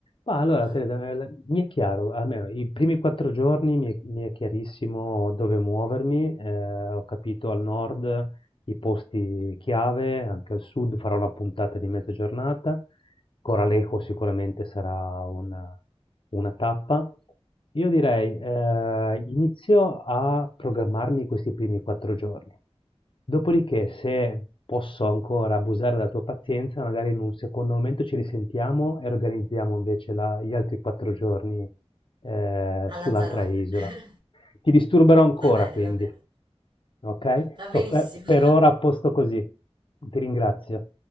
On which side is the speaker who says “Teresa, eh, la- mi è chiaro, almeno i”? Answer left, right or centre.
Left